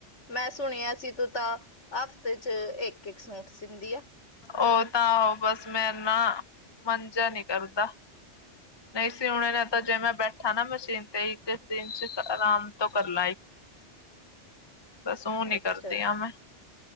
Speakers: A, on the left; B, on the left.
A: ਮੈਂ ਸੁਣਿਆ ਸੀ ਤੂੰ ਤਾਂ ਅਫ਼ਤੇ 'ਚ ਇੱਕ-ਇੱਕ ਸੂਟ ਸੀਦੀ ਆ।
B: ਓ ਤਾਂ ਓ ਬਸ ਮੈਂ ਨਾ ਮੰਨ ਜਿਆ ਨੀ ਕਰਦਾ। ਨਹੀਂ ਸਿਊਣੇ ਨੇ ਤਾਂ ਜੇ ਮੈਂ ਬੈਠਾ ਨਾ ਮਸ਼ੀਨ ਤੇ ਇੱਕ ਦਿਨ 'ਚ ਆਰਾਮ ਤੋਂ ਕਰਲਾ। ਬਸ ਓ ਨੀ
A: ਅੱਛਾ।
B: ਕਰਦੀ ਆ ਮੈਂ।